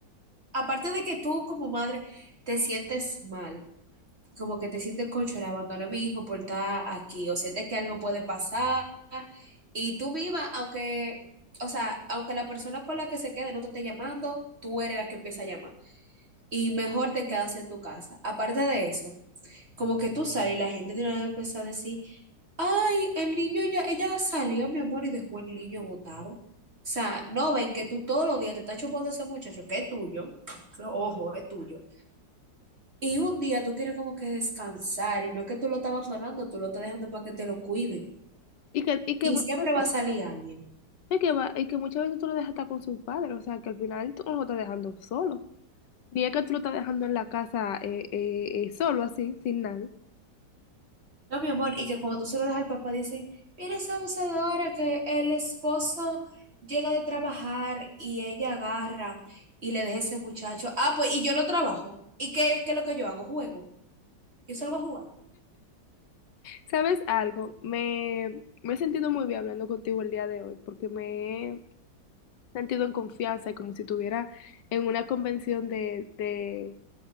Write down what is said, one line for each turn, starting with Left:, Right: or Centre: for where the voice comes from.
Right: aparte de que tú como madre te sientes mal, como que te sientes concho, le abandoné a mi hijo por estar aquí, o sientes que algo puede pasar, y tú misma, aunque, o sea, aunque la persona con la que se quede no te esté llamando, tú eres la que empieza a llamar, y mejor te quedas en tu casa. Aparte de eso. Como que tú sales y la gente de una vez empieza a decir, ay, el niño ya, ella salió, mi amor, y dejó el niño botado. O sea, no ven que tú todos los días te estás chupando de ese muchacho que es tuyo, ojo, es tuyo. Y un día tú quieres como que descansar y no es que tú lo estás abandonando, tú lo estás dejando para que te lo cuide
Left: Y que, y que
Right: Y
Left: muchas
Right: siempre
Left: veces,
Right: va a salir alguien.
Left: y que va- y que muchas veces tú lo dejas estar con sus padres, o sea, que al final tú no lo estás dejando solo. Ni es que tú lo estás dejando en la casa eh, eh, eh, solo así, sin nadie.
Right: No, mi amor, y que cuando tú se lo das al papá, dice, mira esa abusadora, que el esposo llega de trabajar y ella agarra y le deja ese muchacho. Ah, pues, y yo no trabajo. ¿Y qué, qué es lo que yo hago? Juego. Yo salgo a jugar.
Left: ¿Sabes algo? Me, me he sentido muy bien hablando contigo el día de hoy porque me he sentido en confianza y como si estuviera en una convención de, de,